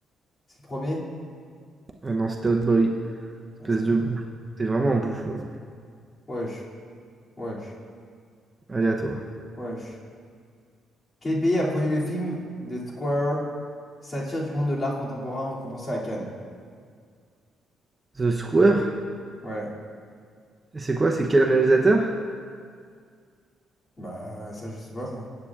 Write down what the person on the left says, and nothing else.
c'est le premier?
Ouais,
c'était
Old
Boy.
Wesh, wesh,
wesh. Quel pays a produit le film The Square, satire du monde de l'art contemporain récompensé à Cannes?
Ouais,
bah ça je sais pas ça.